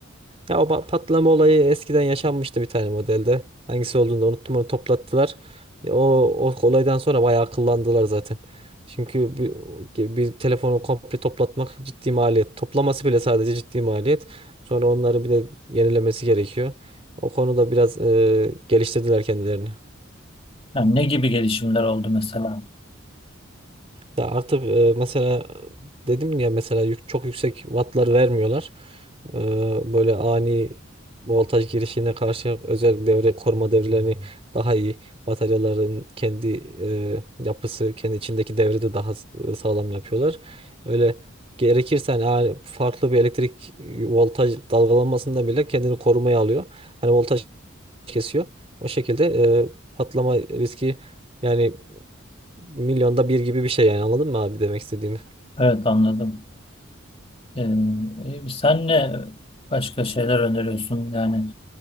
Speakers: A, on the right (about 30°); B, on the left (about 30°).
A: Ya o ba- patlama olayı eskiden yaşanmıştı bir tane modelde. Hangisi olduğunu da unuttum onu toplattılar. Ya O, o olaydan sonra bayağı akıllandılar zaten. Çünkü bir, bir telefonu komple toplatmak ciddi maliyet. Toplaması bile sadece ciddi maliyet. Sonra onları bir de yenilemesi gerekiyor. O konuda biraz e, geliştirdiler kendilerini.
B: Yani ne gibi gelişimler oldu mesela?
A: Ya artık e, mesela dedim ya mesela yük- çok yüksek wattlar vermiyorlar. E, böyle ani voltaj girişine karşı özel devre koruma devrelerini daha iyi bataryaların kendi e, yapısı kendi içindeki devri de daha s- e, sağlam yapıyorlar. Öyle gerekirse hani ani- farklı bir elektrik e, voltaj dalgalanmasında bile kendini korumaya alıyor. Hani voltaj kesiyor. O şekilde e, patlama riski yani milyonda bir gibi bir şey yani anladın mı abi demek istediğimi?
B: Evet anladım. Ee, e, sen ne başka şeyler öneriyorsun? Yani